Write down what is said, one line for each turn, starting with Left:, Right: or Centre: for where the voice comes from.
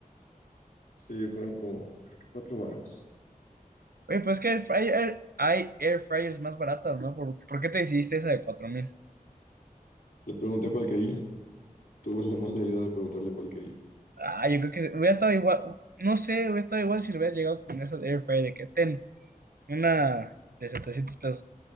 Left: Sí, fueron como, creo que cuatro varos.
Right: Oye, pues es que air fryer- hay air fryers más baratas, ¿no? ¿Por, por qué te decidiste esa de 4000?
Left: Le pregunté cuál quería Tuve la mala idea de preguntarle cuál quería.
Right: Ah, yo creo que hubiera estado igual, no sé, hubiera estado igual si le hubieras llegado con esa air fryer de que ten una de setecientos pesos.